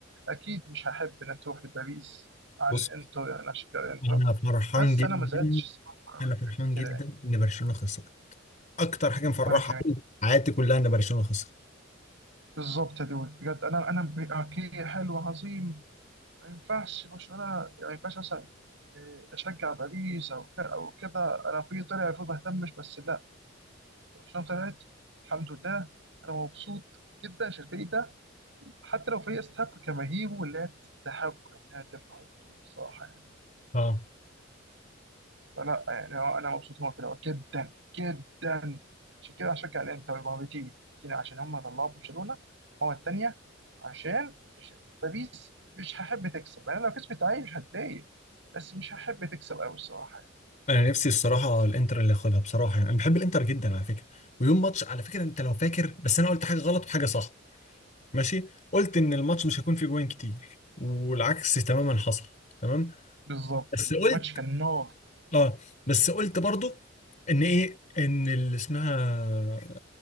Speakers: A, on the right (about 65°); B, on the left (about 40°).
A: اكيد مش هحب ان تروح لباريس عن
B: بص
A: انتر يعني انا اشجع انتر
B: انا فرحان
A: بس
B: جدا
A: انا ما زعلتش الصراحه قوي
B: انا
A: قد
B: فرحان
A: كده
B: جدا
A: يعني
B: ان برشلونة خسر اكتر حاجه مفرحه
A: وانا كمان
B: في حياتي كلها ان برشلونة خسر
A: بالظبط يا دود بجد انا انا اوكي حلو عظيم ما ينفعش برشلونة يعني ما ينفعش مثلا إيه، أشجع باريس أو ك- أو كده أنا في طلع المفروض ما أهتمش بس لا برشلونة طلعت الحمد لله أنا مبسوط جدا عشان الفريق ده حتى لو فريق يستحق جماهيره واللي هي تستحق إنها تفرح بالبطولة الصراحة يعني.
B: اه
A: فلا يعني هو انا مبسوط ان هو طلعوا جدا جدا عشان كده هشجع الانتر ما هو بتيجي بتيجي عشان هم طلعوا برشلونه هو الثانيه عشان مش باريس مش هحب تكسب يعني لو كسبت عادي مش هتضايق بس مش هحب تكسب قوي الصراحه يعني.
B: انا نفسي الصراحه الانتر اللي ياخدها بصراحه يعني انا بحب الانتر جدا على فكره ويوم ماتش على فكره انت لو فاكر بس انا قلت حاجه غلط وحاجه صح ماشي قلت ان الماتش مش هيكون فيه جوان كتير والعكس تماما حصل تمام
A: بالظبط
B: بس
A: الماتش
B: قلت
A: كان نار
B: اه بس قلت برضو ان ايه ان اللي اسمها